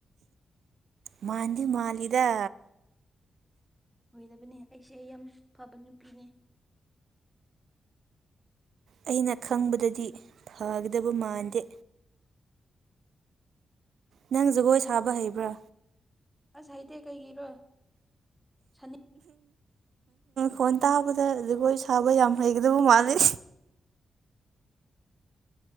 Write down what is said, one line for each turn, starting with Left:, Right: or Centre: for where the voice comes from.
Right: ꯃꯥꯥꯟꯗꯤ ꯃꯥꯜꯂꯤꯗ
Centre: ꯑꯣꯏꯗꯕꯅꯦ ꯑꯩꯁꯦ ꯑꯩ ꯌꯥꯝ ꯐꯕ ꯅꯨꯄꯤꯅꯦ
Right: ꯑꯩꯅ ꯈꯪꯕꯗꯗꯤ ꯐꯒꯗꯕ ꯃꯥꯟꯗꯦ ꯅꯪ ꯖꯒꯣꯏ ꯁꯥꯕ ꯍꯩꯕ꯭ꯔꯥ
Centre: ꯑꯁ ꯍꯥꯏꯇꯦ ꯀꯩꯒꯤꯔꯣ ꯁꯅꯤ
Right: ꯎꯣꯟ ꯇꯥꯕꯗ ꯖꯒꯣꯏ ꯁꯥꯕ ꯌꯥꯝ ꯍꯩꯒꯗꯕ ꯃꯥꯜꯂꯤ